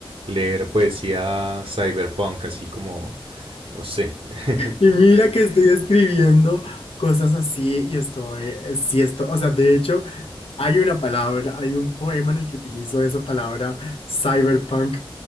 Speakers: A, on the right; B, on the left.
A: leer poesía cyberpunk, así como no sé. <laughs>
B: Y mira que estoy escribiendo cosas así y estoy, eh, sí, esto, o sea, de hecho, hay una palabra, hay un poema en el que utilizo esa palabra cyberpunk,